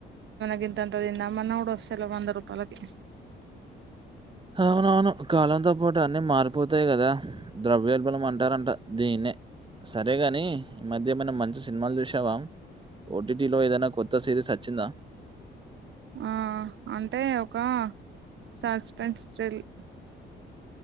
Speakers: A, on the right (about 70°); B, on the right (about 25°).
A: గింతంతా అంత తిందామన్నా కూడా వస్తలేవు వంద రూపాలకి
B: అవునవును కాలంతో పాటు అన్ని మారిపోతాయి కదా ద్రవ్యోల్బలం అంటారంట దీన్నే సరేగాని ఈ మధ్య ఏమన్న మంచి సినిమాలు చూసావా ఓటీటిలో ఏదైనా కొత్త సిరీస్ అచ్చిందా
A: ఆ అంటే ఒక సస్పెన్స్ థ్రిల్